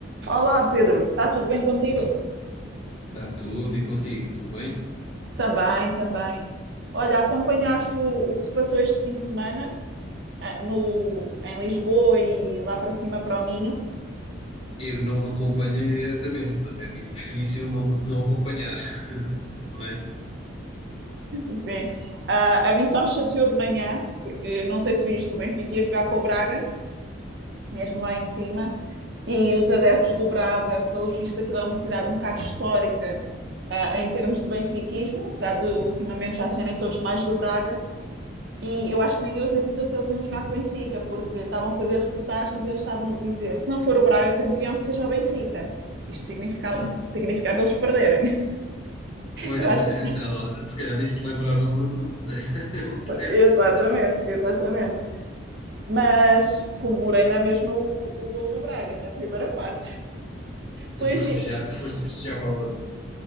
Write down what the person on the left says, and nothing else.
Está tudo e contigo, tudo bem?
Eu não acompanhei diretamente, mas é difícil não, não acompanhar, não é?
<coughs>
Pois
é,
então, se calhar nem se lembraram do assunto, né? <laughs> É o que parece.
Tu
foste
festejar, foste festejar para onde?